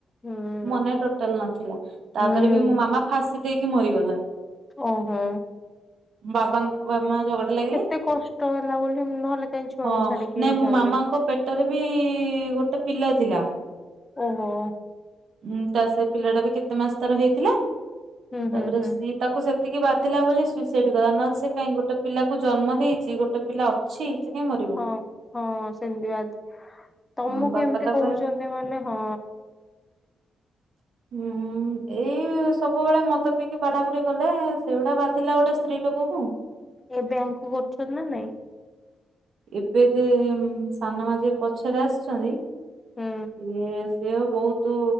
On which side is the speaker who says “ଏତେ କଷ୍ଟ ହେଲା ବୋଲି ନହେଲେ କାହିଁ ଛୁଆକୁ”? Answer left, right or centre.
Left